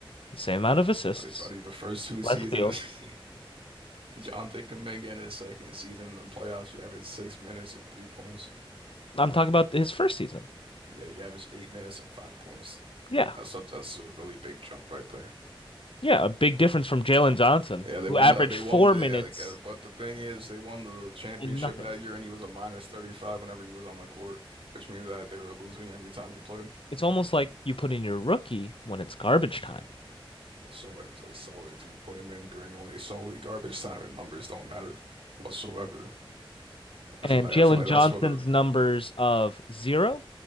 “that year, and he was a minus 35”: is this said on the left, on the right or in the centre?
Right